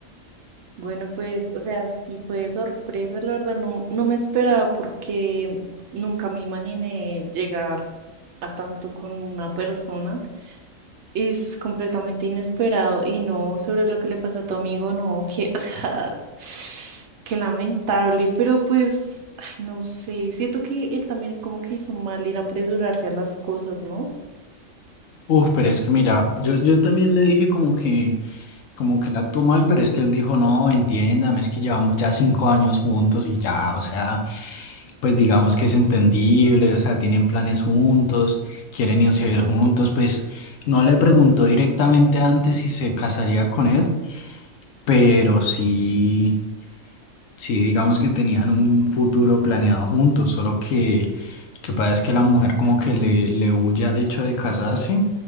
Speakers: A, on the right; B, on the left.
A: Bueno, pues, o sea, sí fue de sorpresa, la verdad, no, no me esperaba porque nunca me imaginé llegar a tanto con una persona. es completamente inesperado y no sobre lo que le pasó a tu amigo, no, que, <laughs> o sea, <sighs> qué lamentable, pero pues, ay, no sé, siento que él también como que hizo mal en apresurarse a las cosas, ¿no?
B: Uf, pero es que mira, yo, yo también le dije como que... Como que él actuó mal, pero es que él dijo, no, entiéndame, es que llevamos ya cinco años juntos y ya, o sea, pues digamos que es entendible, o sea, tienen planes juntos, quieren irse a vivir juntos, pues no le preguntó directamente antes si se casaría con él, pero sí. Sí, digamos que tenían un futuro planeado juntos, solo que, que pasa es que la mujer como que le, le huye al hecho de casarse